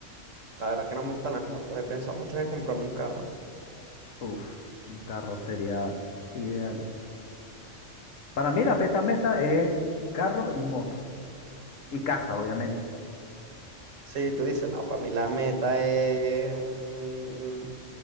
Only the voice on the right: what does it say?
La verdad que no me gustan las motos. He pensado mucho en comprarme un carro.
Sí, tú dices, no, para mí la meta es un-